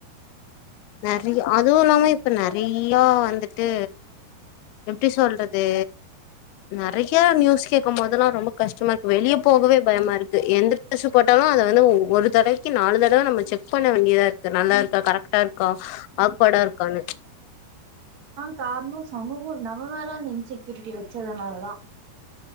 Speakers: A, on the left; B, on the right.
A: நெறை அதுவு இல்லாம இப் ப்ப நெறையா வந்துட்டு எப்டி சொல்றது நெறையா நியூஸ் கேக் குமோதல்லா ரொம்ப கஷ்டமா இருக்கு வெளிய போகவே பயமா இருக்கு எந்த டெஸ்ஸு போட்டாலு அத வந்து ஒ ஒரு தடவைக்கி நாலு தடவ நம்ம ச்செக் பண்ண வேண்டியதா இருக்கு நல்லா இருக்கா க ட்டா இருக்கா ஆக்வடா இருக்கான்னு
B: கார்ணோ சமூகோ நம்ம மேல இந்த இன்செக்யூரிட்டிய வேச்சதனாலதா